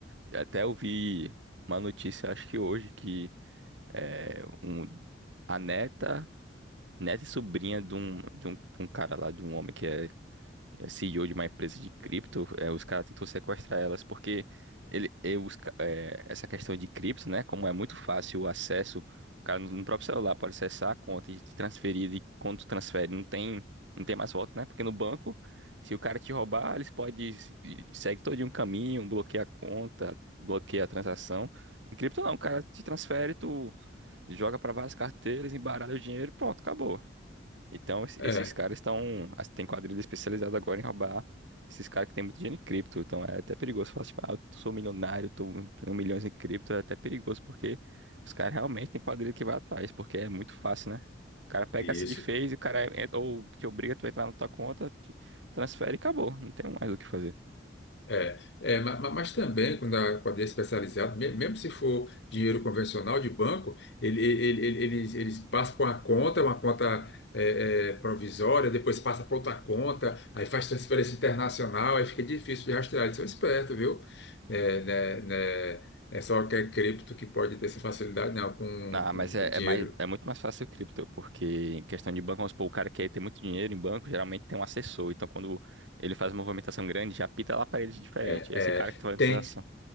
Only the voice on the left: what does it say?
é,
isso.
É, é, ma- ma- mas, também quando a quadrilha é especializada, me- mesmo se for dinheiro convencional de banco, ele- ele- ele- eles, eles passam por uma conta, uma conta é, é, provisória, depois passa para outra conta, aí faz transferência internacional, aí fica difícil de rastrear. Eles são espertos, viu? É, né, né, é só que é cripto que pode ter essa facilidade, não, com,
com
dinheiro.
É,
é,
tem.